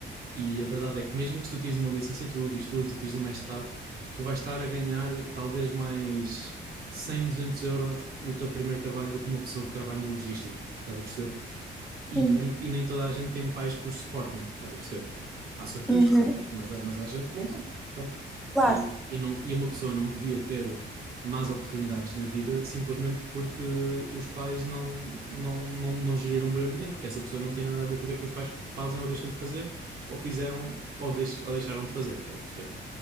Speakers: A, on the right (about 50°); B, in the centre.
A: E a verdade é que mesmo que tu tires uma licenciatura e estudes e tires um mestrado, tu vais estar a ganhar talvez mais 100, 200 euros no teu primeiro trabalho do que uma pessoa que trabalha em logística. Estás a perceber? E
B: Sim.
A: nem, e nem toda a gente tem pais que os suportem, estás a perceber? Há sortudos
B: Uhum,
A: que têm, mas, há- mas há gente que não tem. Pronto.
B: claro.
A: E, e, não, e uma pessoa não devia ter más oportunidades na vida simplesmente porque os pais não, não, não, não geriram bem o dinheiro, porque essa pessoa não tem nada a ver com o que é que os pais fazem ou deixam de fazer, ou fizeram ou, deix, ou deixaram de fazer, estás a perceber?